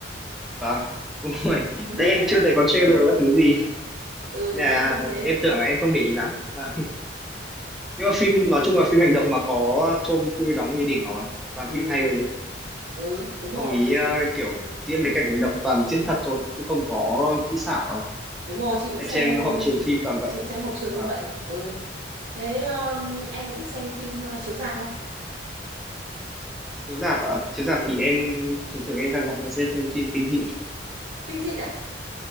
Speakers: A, in the centre; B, on the right.
A: vâng <laughs> đúng rồi
B: <laughs>
A: tại em chưa thấy có trailer các thứ gì
B: ừ
A: Nên
B: chị
A: là
B: cũng thấy thế
A: em tưởng là em không để ý lắm vâng nhưng mà phim nói chung là phim hành động mà có Tom Cruise đóng thì đỉnh rồi toàn
B: ừ
A: phim hay rồi
B: ừ đúng rồi
A: ông ý ờ, kiểu diễn mấy cảnh hành động toàn diễn thật thôi chứ không có kỹ xảo đâu.
B: đúng rồi chị cũng
A: em
B: xem
A: xem hậu trường phim toàn vậy
B: chị cũng xem hộp trường
A: và
B: như vậy ừ thế um, em có thích xem phim uh, chiếu rạp không
A: chiếu rạp ạ chiếu rạp
B: ừ
A: thì em thường thường em ra rạp em sẽ xem phim kinh dị
B: kinh dị á